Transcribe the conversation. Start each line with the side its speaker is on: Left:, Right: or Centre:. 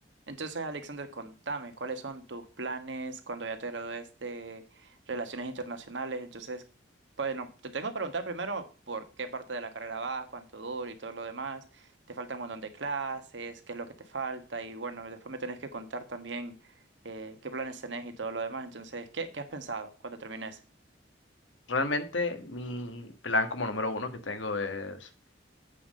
Right: Entonces, Alexander, contame, ¿cuáles son tus planes cuando ya te gradúes de Relaciones Internacionales? Entonces, bueno, te tengo que preguntar primero por qué parte de la carrera vas, cuánto dura y todo lo demás. Te falta un montón de clases, qué es lo que te falta y bueno, después me tenés que contar también eh, qué planes tenés y todo lo demás. Entonces, ¿qué, qué has pensado cuando termines?
Left: Realmente mi plan como número uno que tengo es